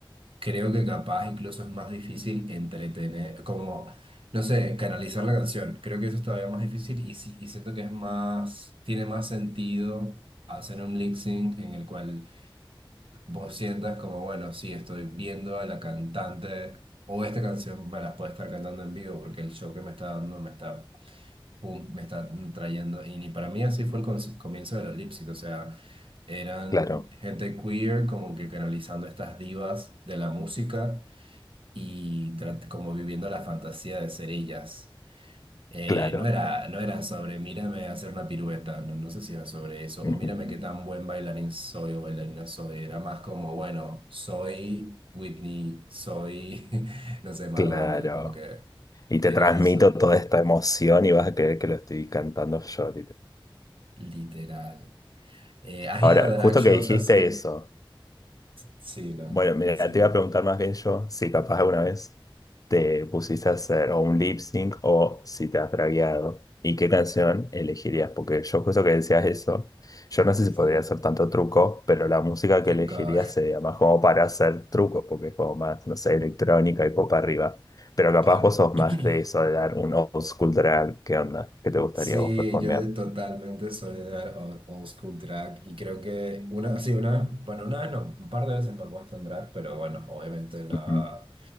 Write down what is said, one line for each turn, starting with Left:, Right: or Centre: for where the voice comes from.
Right: creo que capaz incluso es más difícil entretener, como, no sé, canalizar la canción. Creo que eso es todavía más difícil y, sí- y siento que es más, tiene más sentido hacer un lip sync en el cual vos sientas como, bueno, sí, estoy viendo a la cantante o esta canción me la puede estar cantando en vivo porque el show que me está dando me está pum, me está trayendo. Y ni para mí así fue el conci- comienzo de los Lipstick, o sea, eran
Left: Claro,
Right: gente queer como que canalizando estas divas de la música y trat- como viviendo la fantasía de ser ellas. Eh,
Left: claro,
Right: no era, no era sobre mírame hacer una pirueta, no, no sé si era sobre eso,
Left: ujú,
Right: o mírame qué tan buen bailarín soy o bailarina soy, era más como, bueno, soy Whitney, soy, <laughs> no sé, Madonna,
Left: claro.
Right: como que
Left: Y te
Right: era
Left: transmito
Right: eso,
Left: toda esta emoción y vas a creer que lo estoy cantando yo,
Right: literal. Eh, ¿has
Left: Ahora,
Right: ido a drag
Left: justo
Right: shows
Left: que dijiste
Right: así?
Left: eso,
Right: Sí, no,
Left: bueno, mira,
Right: decime.
Left: te iba a preguntar más bien yo si capaz alguna vez te pusiste a hacer o un lip sync o si te has dragueado y qué canción elegirías, porque yo justo que decías eso, yo no sé si
Right: Sí,
Left: podría hacer tanto truco, pero la música
Right: truco,
Left: que elegirías sería más como para hacer trucos, porque es como más, no sé, electrónica y pop arriba, pero capaz
Right: <laughs> claro.
Left: vos sos
Right: <clears throat>
Left: más de eso, de dar un old school drag, ¿qué onda? ¿Qué te gustaría
Right: Sí,
Left: vos performear?
Right: yo de- totalmente soy de dar o- old school drag y creo que una, sí, una, bueno, una vez no, un par de veces me he puesto en drag, pero bueno, obviamente no.
Left: Ujú,